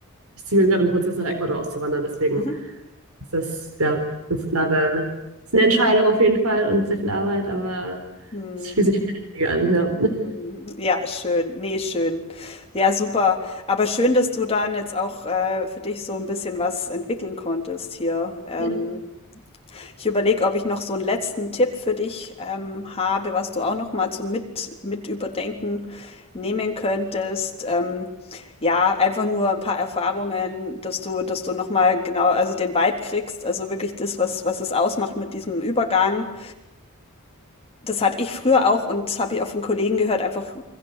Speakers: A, on the right (about 75°); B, on the left (about 25°).
A: ich ziehe gerade im Prozess nach Ecuador auszuwandern, deswegen
B: Mhm.
A: ist das, ja, ist gerade, ist eine Entscheidung auf jeden Fall und sehr viel Arbeit, aber
B: Hm.
A: es fühlt sich viel richtiger an, ja.
B: Mhm. Ja, schön. Nee, schön. Ja, super. Aber schön, dass du dann jetzt auch äh, für dich so ein bisschen was entwickeln konntest hier. Ähm,
A: <laughs> Ja.
B: ich überlege, ob ich noch so einen letzten Tipp für dich ähm, habe, was du auch noch mal zum mit, mit überdenken nehmen könntest. Ähm, ja, einfach nur ein paar Erfahrungen, dass du, dass du noch mal genau, also den Vibe kriegst, also wirklich das, was, was es ausmacht mit diesem Übergang. Das hatte ich früher auch und das habe ich auch von Kollegen gehört, einfach